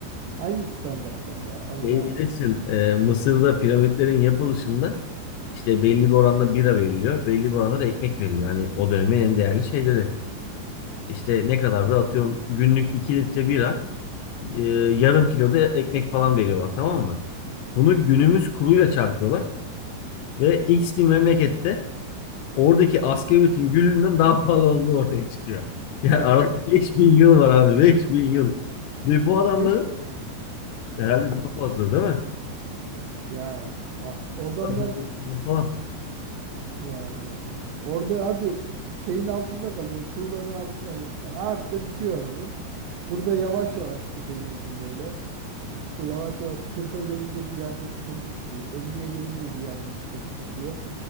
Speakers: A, on the right; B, on the left.
A: Aynı standartlar ya. Valla.
B: Şey bilirsin e, Mısır'da piramitlerin yapılışında işte belli bir oranda bira veriliyor. Belli bir oranda da ekmek veriliyor. Hani o dönemin en değerli şeyleri. İşte ne kadar da atıyorum günlük 2 litre bira e, yarım kilo da ekmek falan veriyorlar tamam mı? Bunu günümüz kuruyla çarpıyorlar ve X bir memlekette oradaki asgari ücretin gülünden daha pahalı olduğu ortaya çıkıyor. <laughs>
A: <laughs>
B: Yani arada 5000 yıl var abi 5000 yıl. Ve bu adamların
A: 5
B: herhalde daha fazladır değil mi?
A: ya a- adamlar
B: 1400 falan.
A: yani orada hadi şeyin altında kalıyorsun. Tuğlanın altında artta bitiyor ömrüm. Burada yavaş yavaş tükeniyorsun böyle. İşte yavaş yavaş kırka gelince bir yerde sıkıntı çıkıyor. elliye gelince bir yerde sıkıntı çıkıyor.